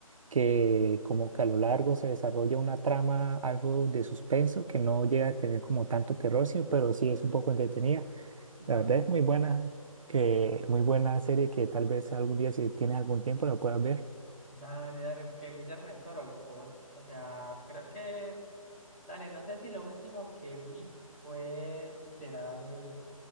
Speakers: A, on the right; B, on the left.
A: que como que a lo largo se desarrolla una trama, algo de suspenso, que no llega a tener como tanto terror, sino- pero sí es un poco entretenida.
B: Ujú.
A: La verdad es muy buena, que, muy buena serie que tal vez algún día si tienes algún tiempo la puedas ver.
B: Dale, dale, porque Guillermo del Toro, God. O sea, creo que... Dale, no sé si lo último que vi fue literal